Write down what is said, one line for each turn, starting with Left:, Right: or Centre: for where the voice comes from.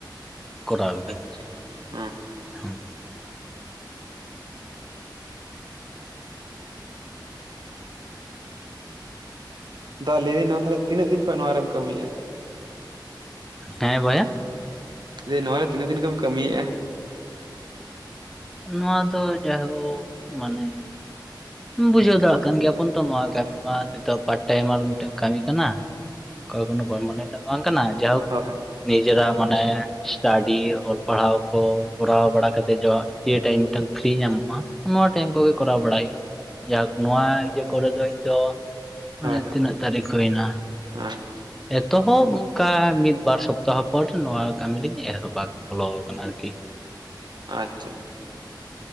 Centre: ᱠᱚᱨᱟᱣ ᱜᱮᱼᱼᱼ
Right: <unintelligible>
Centre: ᱦᱩᱻᱸ
Right: ᱫᱟᱫᱟ ᱞᱟᱹᱭ ᱫᱤᱧ ᱱᱚᱣᱟ ᱛᱟᱦᱮ ᱛᱤᱱᱟᱹᱜ ᱫᱤᱱ ᱠᱷᱚᱡ ᱱᱚᱣᱟ ᱨᱮᱢ ᱠᱟᱹᱢᱤᱮᱫ-ᱟ᱾
Centre: ᱦᱮᱸ ᱵᱚᱭᱦᱟ?
Right: ᱞᱟᱹᱭ ᱤᱧ ᱱᱚᱣᱟ ᱨᱮ ᱛᱤᱱᱟᱹᱜ ᱫᱤᱱ ᱠᱷᱚᱱᱢ ᱠᱟᱹᱢᱤᱭᱮᱫ-ᱟ᱾
Centre: ᱱᱚᱣᱟ ᱫᱚ ᱡᱟᱭᱦᱳᱠ ᱢᱟᱱᱮ! ᱵᱩᱡᱷᱟᱹᱣ ᱫᱟᱲᱮᱭᱟᱜ ᱠᱟᱱ ᱜᱮᱭᱟᱵᱚᱱ ᱛᱚ ᱱᱚᱣᱟ ᱠᱟᱹᱢᱤ ᱢᱟ᱾ ᱱᱤᱛᱚᱜ ᱯᱟᱨᱴᱟᱭᱤᱢ ᱟᱨ ᱢᱤᱫᱴᱟᱝ ᱠᱟᱹᱢᱤ᱾ ᱠᱟᱱᱟ ᱚᱠᱟ ᱠᱚ ᱠᱟᱱᱟ ᱵᱟᱢ ᱢᱚᱬᱮ ᱮᱫᱟ ᱵᱟᱝ ᱠᱟᱱᱟ ᱡᱟᱭ ᱦᱳᱜ
Right: ᱦᱳᱭ ᱦᱳᱭ
Centre: ᱱᱤᱡᱮᱨᱟᱜ ᱢᱟᱱᱮ ᱥᱴᱟᱰᱤ ᱚᱞ ᱯᱟᱲᱦᱟᱣ ᱠᱚ ᱠᱚᱨᱟᱣ ᱵᱟᱲᱟ ᱠᱟᱛᱮᱫ ᱡᱮ ᱴᱟᱭᱤᱢ ᱢᱤᱫᱴᱟᱝ ᱯᱷᱤᱨᱤ ᱧᱟᱢᱚᱜ-ᱟ ᱱᱚᱣᱟ ᱴᱟᱭᱤᱢ ᱠᱚᱜᱮ ᱠᱚᱨᱟᱣ ᱵᱟᱲᱟᱭ ᱦᱩᱭᱩᱜ-ᱟ ᱡᱟ ᱦᱳᱠ ᱱᱚᱣᱟ ᱤᱭᱟᱹ ᱠᱚᱨᱮ ᱫᱚ ᱤᱧ ᱫᱚ ᱢᱟᱱᱮ
Right: ᱦᱳᱭ ᱦᱳᱭ
Centre: ᱛᱤᱱᱟᱹᱜ ᱛᱟᱹᱨᱤᱠᱷ ᱦᱩᱭ ᱮᱱᱟ
Right: ᱦᱳᱭ
Centre: ᱮᱛᱚᱦᱚᱵ ᱚᱱᱠᱟ ᱢᱤᱫ ᱵᱟᱨ ᱥᱚᱯᱛᱟᱦᱚ ᱯᱚᱨ ᱱᱚᱣᱟ ᱠᱟᱹᱢᱤ ᱞᱤᱧ ᱮᱦᱚᱵ ᱟᱠᱟᱫᱟ ᱵᱚᱞᱚ ᱟᱠᱟᱱᱟ ᱟᱨᱠᱤ
Right: ᱟᱪᱪᱷᱟ